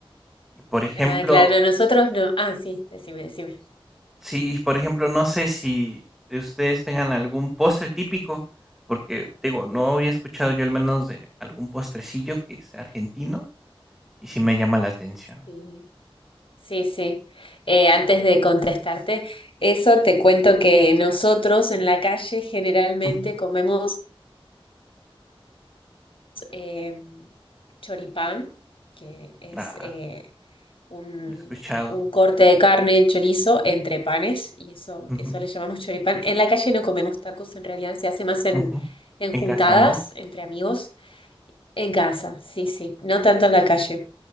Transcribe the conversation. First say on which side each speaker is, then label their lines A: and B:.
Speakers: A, in the centre; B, on the left.
A: Y, por ejemplo
B: Ah, claro, no, nosotros no. Ah, sí, decime, decime.
A: Sí, por ejemplo, no sé si ustedes tengan algún postre típico, porque digo, no había escuchado yo al menos de algún postrecillo que sea argentino y sí me llama la atención.
B: Sí. Sí, sí. Eh, antes de contestarte, eso te cuento que nosotros en la calle generalmente
A: Ujú.
B: comemos eh, choripán, que es
A: Ah,
B: eh, un,
A: lo he escuchado.
B: un corte de carne, chorizo, entre panes, y eso,
A: Ujú,
B: eso le llamamos choripán. En la calle no comemos tacos, en realidad se hace más en,
A: ujú.
B: en
A: En
B: juntadas
A: casa, ¿no?
B: entre amigos. En casa, sí, sí, no tanto en la calle.